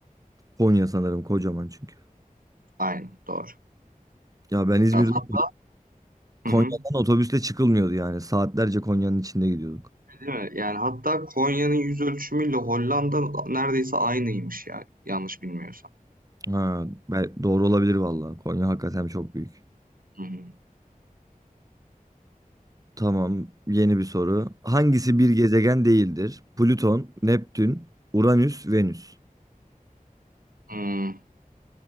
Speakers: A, on the right; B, on the right.
A: Konya sanırım kocaman çünkü.
B: Aynen doğru.
A: Ya ben İzmir'de
B: Hatta,
A: Konya'dan
B: hı hı.
A: otobüsle çıkılmıyordu yani. Saatlerce Konya'nın içinde gidiyorduk.
B: Değil mi? Yani hatta Konya'nın yüz ölçümüyle Hollanda neredeyse aynıymış yani. Yanlış bilmiyorsam.
A: Ha, bel- doğru olabilir valla Konya hakikaten çok büyük.
B: Hı hı.
A: Tamam, yeni bir soru. Hangisi bir gezegen değildir? Plüton, Neptün, Uranüs, Venüs.
B: Hmm,